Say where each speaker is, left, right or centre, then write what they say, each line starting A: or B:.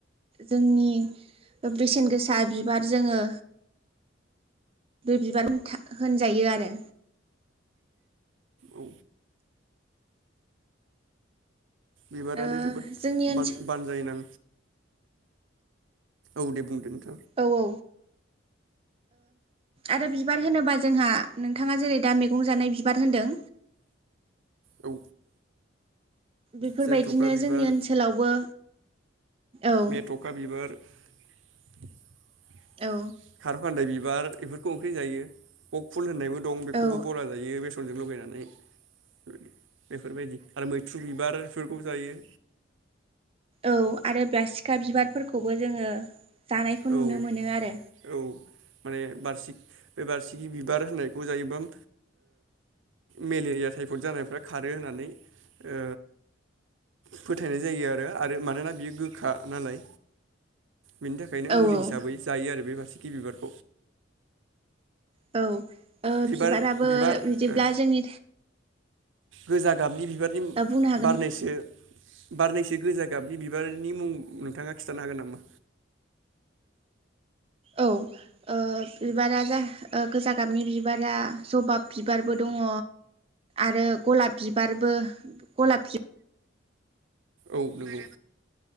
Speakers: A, on the right (about 30°); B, on the right (about 80°).
A: जोंनि बेसेन गोसा बिबार जोङो बे बिबार होनजायो आरो
B: औ बिबारानो
A: ओ
B: जोबोद
A: जोंनि ओनसोल
B: बान बानजायनां औ दे बुंदो
A: औ औ ओ आरो बिबार होनोबा जोंहा नोंथाङा जेरै दा मैगं जानाय बिबार होनदों
B: औ
A: बेफोरबायदिनो
B: जेनथ'खा बिबार
A: जोंनि ओनसोलावबो औ
B: मेथ'खा बिबार <unintelligible>
A: औ
B: खार फान्दाय बिबार बेफोरखौ ओंख्रि जायो बक फुल होननायबो दं बेखौबो
A: औ
B: बरा जायो बे फोरजों लगायनानै बेबायदि बेफोरबायदि आरो मैथ्रु बिबारफोर जायो
A: औ आरो <unintelligible> सिखा बिबारफोरखौबो जोङो जानायखौ
B: औ
A: नुनो मोनो आरो
B: औ माने बारसि बे बारसिखि बिबार होननायखौ जायोबा ओ मेलेरिया टाइपद जानायफ्रा खारो होननानै ओ फोथायनाय जायो आरो आरो मानोना बियो गोखा नालाय बिनि थाखायनो
A: औ
B: मुलि
A: औ
B: हिसाबै जायो आरो बे सिखि बिबार
A: औ ओ
B: बिबार
A: बिबाराबो
B: बिबार
A: बिदिब्ला
B: ओ
A: जोंनि
B: गोजा गाबनि बिबारनि
A: बुंनो हागोन
B: बारनैसो बारनैसो गोजा गाबनि बिबारनि मुं नोंथाङा खिन्थानो हागोन नामा?
A: औ ओ बिबारा जा गोजा गाबनि बिबारा जबाब बिबारबो दङ आरो गलाब बिबारबो गलाब बिब
B: औ नंगौ